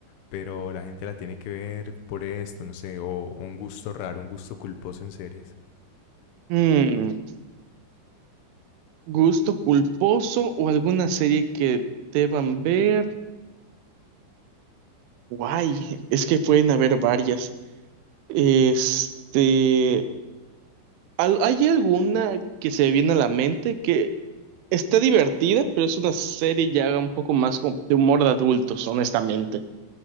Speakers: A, on the left; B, on the right.
A: pero la gente la tiene que ver por esto, no sé, o, o un gusto raro, un gusto culposo en series.
B: Mm. ¿Gusto culposo o alguna serie que deban ver? Guay, es que pueden haber varias. Este, al- ¿hay alguna que se viene a la mente que está divertida, pero es una serie ya un poco más como de humor de adultos, honestamente?